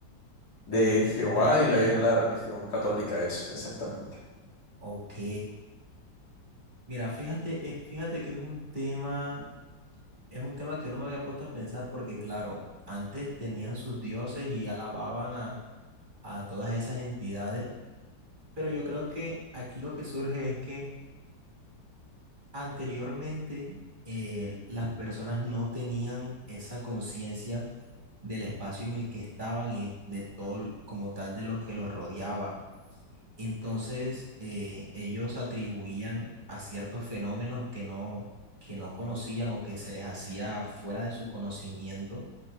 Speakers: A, on the left (about 55°); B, on the right (about 25°).
A: de
B: de, del-
A: Jehová
B: de la Biblia,
A: y la, y
B: ¿no?
A: la religión católica, eso, exactamente.
B: Ok. Mira, fíjate, eh, fíjate que es un tema, es un tema que no me había puesto a pensar porque, claro, antes tenían sus dioses y alababan a, a todas esas entidades, pero yo creo que aquí lo que surge es que anteriormente eh, las personas no tenían esa conciencia del espacio en el que estaban y de todo el- como tal de lo que los rodeaba. Entonces, eh, ellos atribuían a ciertos fenómenos que no, que no conocían o que se les hacía fuera de su conocimiento